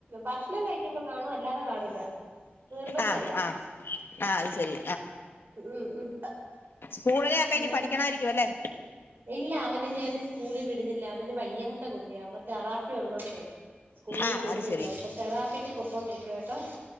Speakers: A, on the right; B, on the left.
A: ഭക്ഷണം കഴിക്കുമ്പോ കാണും അല്ലാതെ കാണില്ല നിർബന്ധല്ല
B: ആഹ് ആഹ് ആഹ് അത് ശെരി
A: ഉം ഉം
B: സ്കൂളിലെക്കെ
A: പിന്നെ
B: ഇനി പഠിക്കണായിരിക്കും അല്ലേ
A: ഇല്ല അവനെ ഞാൻ സ്കൂളിൽ വിടുന്നില്ല അവന് വയ്യാത്ത കുട്ടിയാ അപ്പൊ തെറാപ്പി ഉള്ളോണ്ടേ സ്കൂളിൽ
B: ആഹ്
A: വിടുന്നില്ല
B: അത് ശെരി
A: ഇപ്പൊ തെറാപ്പിക്ക് പോക്കൊണ്ടിരിക്കുവ ട്ടോ